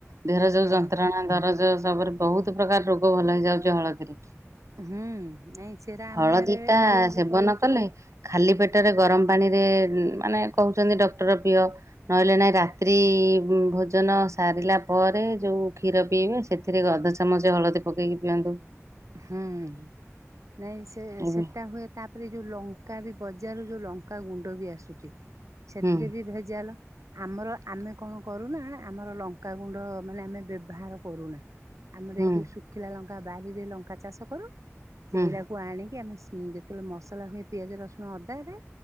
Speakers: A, on the right (about 70°); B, on the right (about 85°).
A: ଦେହର ଯୋଉ
B: ହଁ
A: ଯନ୍ତ୍ରଣା ଦରଜ ସବୁରେ ବୋହୁତୁ ପ୍ରକାର ରୋଗ ଭଲ ହେଇଯାଉଚି ହଳଦୀରେ।
B: ହୁଁ ନାଇଁ ସେରା ଆମେ
A: ହଳଦୀ ଟା
B: ଆମେ ବି
A: ସେବନ
B: କରୁଛୁ
A: କଲେ ଖାଲି ପେଟରେ ଗରମ ପାଣିରେ ମାନେ କହୁଚନ୍ତି ଡକ୍ଟର ପିଅ। ନହେଲେ ନାଇଁ ରାତ୍ରି ଭୋଜନ ସାରିଲା ପରେ ଯୋଉ କ୍ଷୀର ପିଇବେ ସେଥିରେ ଅଧ ଚାମଚି ହଳଦୀ ପକେଇକି ପିଅନ୍ତୁ।
B: ହୁଁ, ନାଇଁ ସେ
A: ଏବେ
B: ସେଟା ହୁଏ। ତାପରେ ଯୋଉ ଲଙ୍କା ବି ବଜାରରୁ ଯୋଉ ଲଙ୍କା ଗୁଣ୍ଡ ବି ଆସୁଚି। ସେଥିରେ
A: ହୁଁ
B: ବି ଭେଜାଲ। ଆମର ଆମେ କଣ କରୁନା ଆମର ଲଙ୍କାଗୁଣ୍ଡ ମାନେ ଆମେ ବ୍ୟବହାର କରୁନା। ଆମର
A: ହୁଁ
B: ଏଇ ଯଉ ଶୁଖିଲା ଲଙ୍କା ବାରିରେ ଲଙ୍କା ଚାଷ କରୁ
A: ହୁଁ
B: ସେଇଟାକୁ ଆଣିକି ଆମେ ସି ଯେତେବେଳେ ମସଲା ହୁଏ ପିଆଜ ରସୁଣ ଅଦାରେ